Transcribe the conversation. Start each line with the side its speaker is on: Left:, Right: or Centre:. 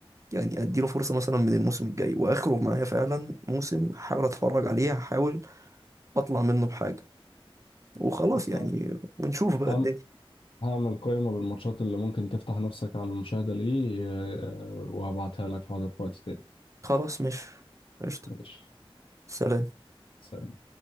Right: يعني اديله فرصه مثلا من الموسم الجاي واخره معايا فعلا موسم هحاول اتفرج عليه هحاول اطلع منه بحاجه وخلاص
Left: بص
Right: يعني
Left: ه-
Right: ونشوف بقى
Left: هعم-
Right: الدنيا
Left: هعمل قائمة بالماتشات اللي ممكن تفتح نفسك على المشاهدة ليه آه، وهبعتها لك حاضر في وقت تاني
Right: خلاص مش قشطه
Left: ماشي
Right: سلام
Left: سلام